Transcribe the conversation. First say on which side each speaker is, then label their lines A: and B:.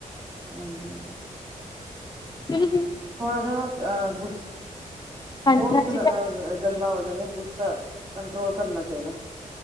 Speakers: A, on the right; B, on the left.
A: ਹਾਂਜੀ
B: ਕਿਹੜੀ ਚੀਜ਼
A: ਹੁਣ ਦਾ ਅ ਗੁੱਸ
B: ਹਾਂਜੀ
A: ਬਹੁਤ
B: ਭੈਣ
A: ਅ
B: ਜੀ
A: ਗੱਲਾਂ ਹੋ ਜਾਂਦੇ, ਗੁੱਸਾ ਕੰਟਰੋਲ ਕਰਨਾ ਚਾਹੀਦਾ